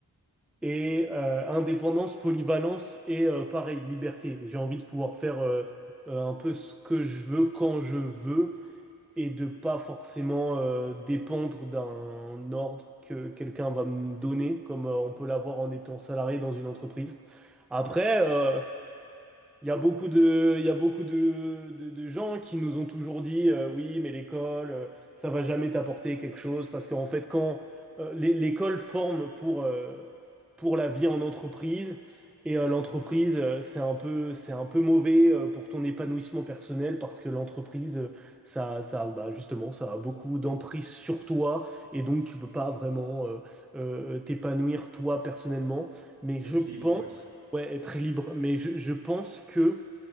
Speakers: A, in the centre; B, on the right (about 65°).
A: et euh, indépendance, polyvalence et euh, pareil, liberté. J'ai envie de pouvoir faire euh, euh, un peu ce que je veux quand je veux et de pas forcément euh, dépendre d'un ordre que quelqu'un va me donner, comme euh, on peut l'avoir en étant salarié dans une entreprise. Après, euh, il y a beaucoup de, il y a beaucoup de, de- de gens qui nous ont toujours dit euh, oui, mais l'école, euh, ça va jamais t'apporter quelque chose parce qu'en fait, quand euh, l'é- l'école forme pour, euh, pour la vie en entreprise et euh, l'entreprise, euh, c'est un peu, c'est un peu mauvais euh, pour ton épanouissement personnel parce que l'entreprise, euh, ça, ça, bah, justement, ça a beaucoup d'emprise sur toi et donc tu peux pas vraiment euh, euh, t'épanouir toi personnellement. Mais je
B: Être
A: pense
B: libre, ouais.
A: Ouais, être libre. Mais je, je pense que